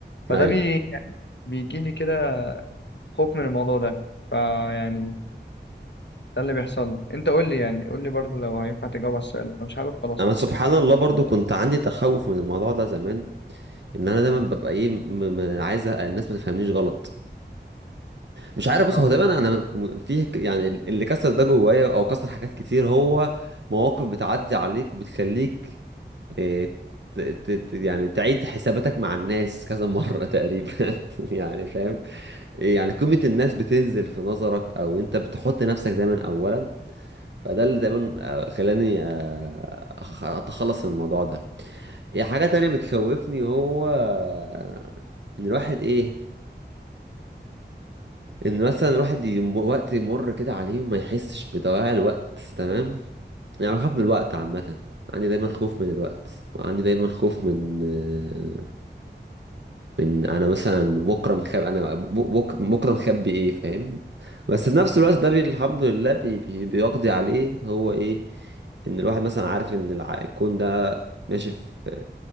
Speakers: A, on the left (about 70°); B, on the right (about 70°).
A: فده
B: ايوه
A: بي... بيجيلي كده خوف من الموضوع ده فيعني ده اللي بيحصل لي أنت قول لي يعني قول لي برضه لو هينفع تجاوب على السؤال لو مش عارف خلاص
B: انا سبحان الله برضو كنت عندي تخوف من الموضوع ده زمان ان انا دايما ببقى ايه م م عايز الناس ما تفهمنيش غلط مش عارف بص
A: آه.
B: هو ده انا انا فيه ك- يعني اللي كسر ده جوايا او كسر حاجات كتير هو مواقف بتعدي عليك وبتخليك إيه، ت- ت- ت- يعني تعيد حساباتك مع الناس كذا مرة <laughs> تقريبا يعني فاهم إيه، يعني قيمة الناس بتنزل في نظرك او انت بتحط نفسك دايما اولا فده اللي دايما آه، خلاني آه، أخ- اتخلص من الموضوع ده إيه، حاجة تانية بتخوفني هو آه، ان الواحد ايه ان مثلا الواحد يم- وقت يمر كده عليه وما يحسش بضياع الوقت تمام يعني بخاف من الوقت عامة عندي دايما خوف من الوقت وعندي دايما خوف من آه، من انا مثلا بكره مخبي انا ب- بك- بكره مخبي ايه فاهم بس في نفس الوقت ده بي الحمد لله بي بي بيقضي عليه هو ايه ان الواحد مثلا عارف ان الع- الكون ده ماشي في